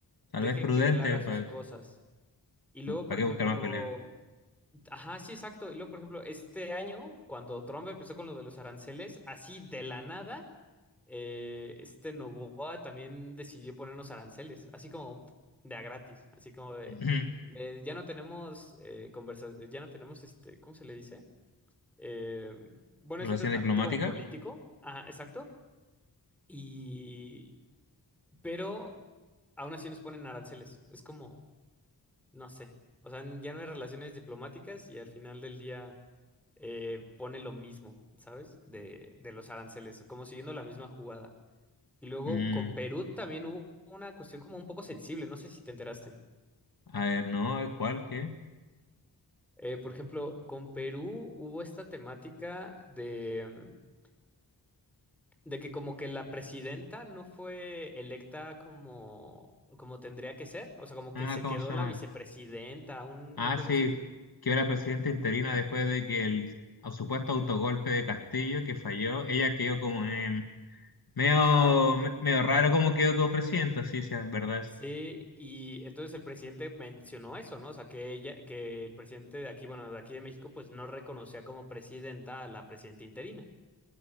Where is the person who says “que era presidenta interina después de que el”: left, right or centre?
Left